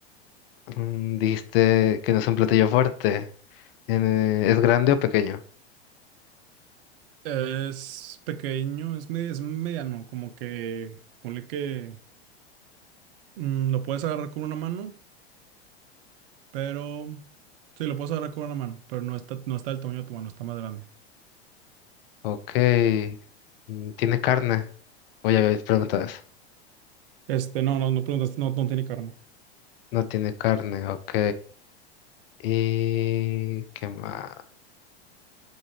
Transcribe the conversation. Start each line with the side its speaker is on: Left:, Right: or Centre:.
Left: Mm, dijiste que no es un platillo fuerte. Eh, ¿es grande o pequeño?
Right: Es pequeño, es, me- es mediano, como que ponle que mm, lo puedes agarrar con una mano, pero sí, lo puedes agarrar con una mano, pero no está, no está del tamaño de tu mano, está más grande.
Left: Ok. mm, ¿Tiene carne? O ya habéis preguntado eso.
Right: Este, no, no, no preguntaste, no, no tiene carne.
Left: No tiene carne, ok. ¿Y qué más?